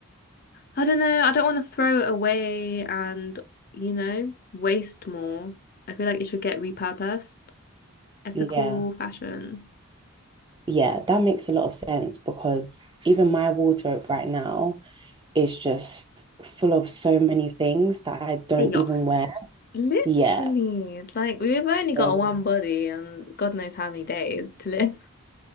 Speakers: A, on the left; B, on the right.
A: I don't know, I don't want to throw it away and, you know, waste more. I feel like it should get repurposed. Ethical
B: Yeah.
A: fashion.
B: Yeah, that makes a lot of sense because even my wardrobe right now is just full of so many things that I don't
A: Hey,
B: even wear.
A: Literally,
B: Yeah.
A: like we've only got
B: So
A: one body and God knows how many days to live.